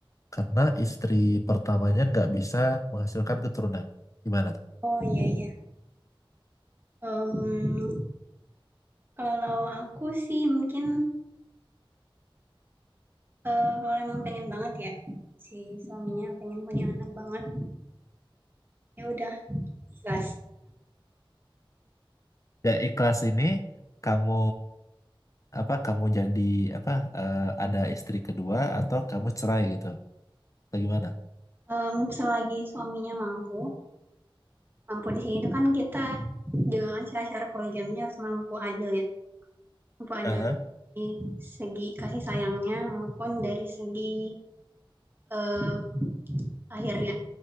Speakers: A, on the left; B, on the right.
A: karena istri pertamanya nggak bisa menghasilkan keturunan. Gimana tuh?
B: Oh iya iya, mmm, kalau aku sih mungkin, eee, kalau emang pengen banget ya, si suaminya pengen punya anak banget, ya udah ikhlas,
A: Ya ikhlas ini kamu apa kamu jadi apa eh, ada istri kedua atau kamu cerai gitu atau gimana?
B: mmm, selagi suaminya mampu Mampu di sini itu kan kita juga kan syarat-syarat poligaminya harus mampu adil ya, mampu adil
A: Aha.
B: di segi kasih sayangnya maupun dari segi, eee, lahirnya,